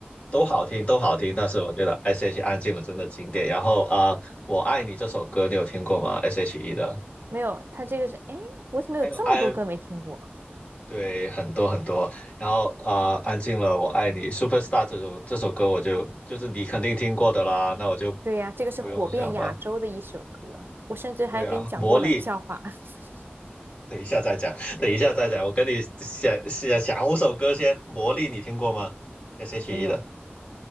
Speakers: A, on the left (about 35°); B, on the right (about 60°).
A: 都好听，都好听。但是我觉得 S.H.E《安静了》真的经典。然后啊，呃我爱你》这首歌你有听过吗？S.H.E 的，
B: 没有，他这个是，哎，我怎么有这么多歌没听过？
A: 它有安，对，很多很多。然后啊，呃安静了，我爱你》Superstar 这首这首歌我就就是你肯定听过的啦，那我就
B: 对呀，这个是火遍亚洲的一首歌，
A: 不用想吧。
B: 我甚至还给你讲过冷笑话，
A: 对啊，魔力
B: <laughs>
A: 等一下再讲，等一下再讲。我跟你想想想五首歌先，魔力你听过吗？S.H.E
B: 没有，
A: 的，